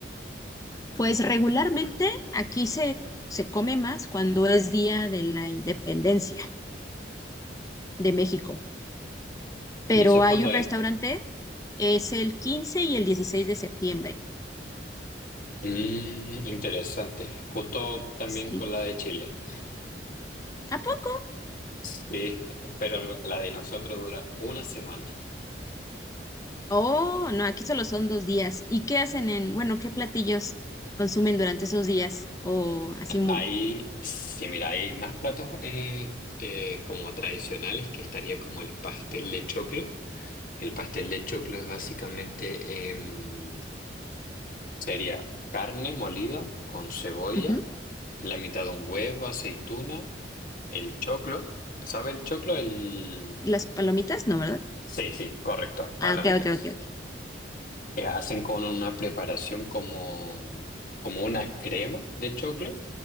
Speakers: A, on the left; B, on the left.
A: Pues regularmente aquí se, se come más cuando es Día de la Independencia de México, pero
B: ¿Y eso es
A: hay
B: cuando
A: un
B: es?
A: restaurante, es el 15 y el 16 de septiembre.
B: Mm, interesante. Justo también
A: Sí.
B: con la de Chile.
A: ¿A poco?
B: Sí, pero la de nosotros dura una semana.
A: Oh, no, aquí solo son dos días. ¿Y qué hacen en, bueno, qué platillos consumen durante esos días? O así, mu-
B: Ahí, sí, mira, hay más platos eh, eh, como tradicionales que estaría como el pastel de choclo. El pastel de choclo es básicamente, em, sería carne molida con cebolla,
A: ujú.
B: la mitad de un huevo, aceituna, el choclo. ¿Sabe el choclo? El...
A: Las palomitas, no, ¿verdad?
B: Sí, sí, correcto, palomitas.
A: Ah, ok, ok, ok, ok.
B: Eh, hacen con una preparación como, como una crema de choclo